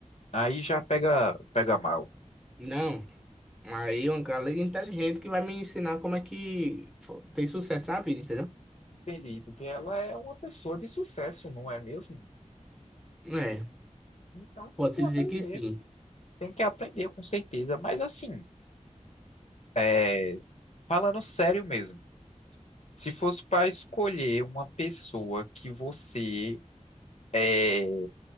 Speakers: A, on the left; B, in the centre.
A: Aí já pega, pega mal.
B: Não, aí uma galega inteligente que vai me ensinar como é que fo- tem sucesso na vida, entendeu?
A: Entendi, porque ela é uma pessoa de sucesso, não é mesmo?
B: É,
A: Então tem
B: pode-se
A: que aprender,
B: dizer que sim.
A: tem que aprender com certeza. Mas assim, é, falando sério mesmo, se fosse para escolher uma pessoa que você é,